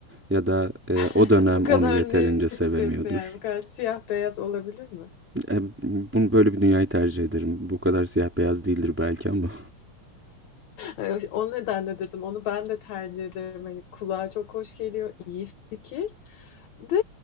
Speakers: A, in the centre; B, on the left (about 65°).
A: ya da eee, o
B: <laughs>
A: dönem
B: Bu kadar
A: onu yeterince
B: net
A: sevemiyordur.
B: diyorsun yani bu kadar siyah beyaz olabilir mi?
A: E, bunu böyle bir dünyayı tercih ederim. Bu kadar siyah beyaz değildir belki ama.
B: Evet, O nedenle dedim onu ben de tercih ederim. Hani kulağa çok hoş geliyor, iyi fikir. De